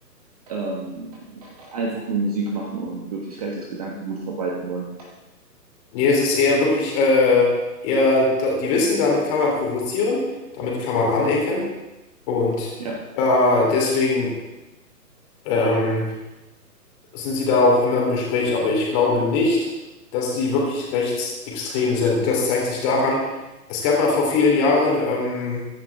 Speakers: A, on the right; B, on the left.
A: ähm, einfach nur Musik machen und wirklich rechtes Gedankengut verbreiten wollen?
B: Nee, es ist eher wirklich, äh, eher, da, die wissen, damit kann man provozieren, damit kann man anecken. Und
A: Ja,
B: äh, deswegen, ähm, sind sie da auch immer im Gespräch, aber ich glaube nicht, dass sie wirklich rechtsextrem sind. Das zeigt sich daran, es gab mal vor vielen Jahren, ähm,